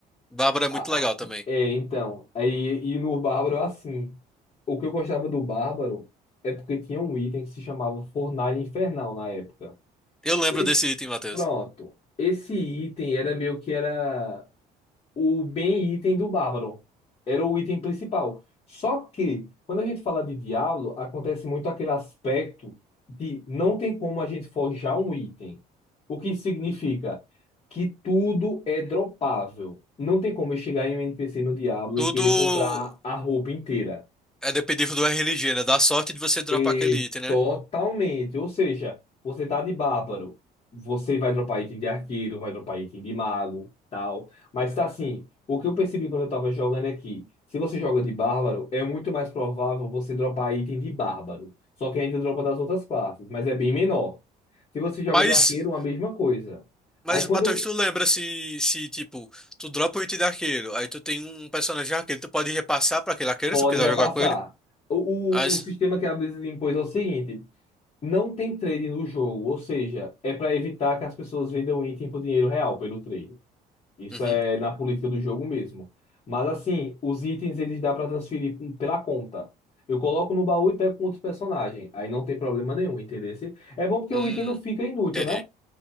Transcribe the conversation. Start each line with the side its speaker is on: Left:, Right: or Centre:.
Centre: Bárbaro é
Left: Ah,
Centre: muito legal também.
Left: é, então. Aí, e no Bárbaro, assim. O que eu gostava do Bárbaro é porque tinha um item que se chamava Fornalha Infernal na época.
Centre: Eu lembro
Left: Esse,
Centre: desse item, Matheus.
Left: pronto. Esse item era meio que era o bem item do bárbaro. Era o item principal. Só que, quando a gente fala de Diablo, acontece muito aquele aspecto de não tem como a gente forjar um item. O que significa que tudo é dropável. Não tem como eu chegar em um NPC no Diablo
Centre: Tudo
Left: e querer comprar a roupa inteira.
Centre: é dependível do RNG, né? Da sorte de você dropar
Left: E
Centre: aquele item, né?
Left: totalmente. Ou seja, você tá de bárbaro. Você vai dropar item de arqueiro, vai dropar item de mago, tal. Mas tá assim, o que eu percebi quando eu tava jogando é que, se você joga de bárbaro, é muito mais provável você dropar item de bárbaro. Só que ainda dropa das outras classes, mas é bem menor. Se você joga
Centre: Mas.
Left: de arqueiro, a mesma coisa. Aí
Centre: Mas,
Left: quando
Centre: Matheus,
Left: eu-
Centre: tu lembra se, se, tipo, tu dropa o item de arqueiro, aí tu tem um personagem de arqueiro, tu pode repassar pra aquele arqueiro
Left: pode
Centre: se tu quiser
Left: repassar.
Centre: jogar com ele?
Left: O,
Centre: As...
Left: o, o sistema que a Blizzard impôs é o seguinte. Não tem trade no jogo, ou seja, é para evitar que as pessoas vendam item por dinheiro real pelo trade. Isso
Centre: Uhum.
Left: é na política do jogo mesmo. Mas assim, os itens eles dá para transferir p- pela conta. Eu coloco no baú e pego com outro personagem. Aí não tem problema nenhum, entendeu? É bom porque
Centre: Hum,
Left: o item não fica inútil,
Centre: entendi.
Left: né?